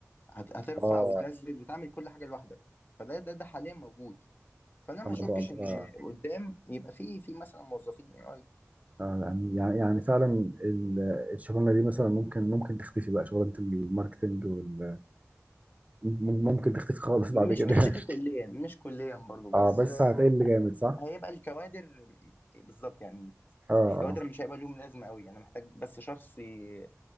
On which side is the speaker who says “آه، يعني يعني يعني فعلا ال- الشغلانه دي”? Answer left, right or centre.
Right